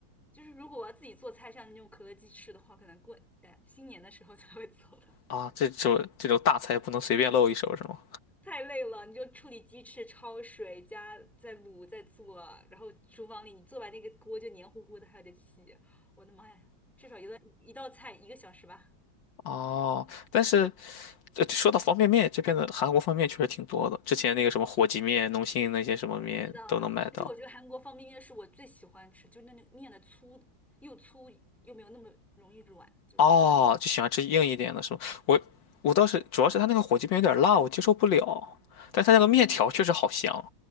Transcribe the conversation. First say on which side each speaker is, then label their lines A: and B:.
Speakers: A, in the centre; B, on the left (about 70°).
A: 就是如果我要自己做菜，像那种可乐鸡翅的话，可能过呃新年的时候才会做吧。
B: 啊，这种这种大菜不能随便露一手是吗？
A: 太累了，你就处理鸡翅、焯水加再卤再做，然后厨房里你做完那个锅就黏糊糊的，还有点洗，我的妈呀，一道菜一个小时吧。
B: 哦，但是这说到方便面，这边的韩国方便面确实挺多的。之前那个什么火鸡面、农心那些什么面都能买到。
A: 是的，而且我觉得韩国方便面是我最喜欢吃，就那那面的粗又粗又没有那么容易软，就是
B: 哦，就喜欢吃硬一点的是吗？我我倒是主要是它那个火鸡面有点辣，我接受不了。但它那个面条确实好香，